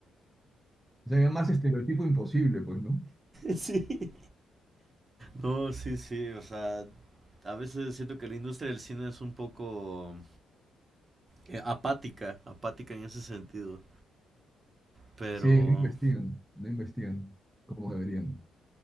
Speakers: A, in the centre; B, on the right.
A: O sea, más estereotipo imposible, pues, ¿no?
B: <laughs> Sí. No, sí, sí, o sea, a veces siento que la industria del cine es un poco eh, apática, apática en ese sentido, pero,
A: Sí, no investigan, no investigan como deberían.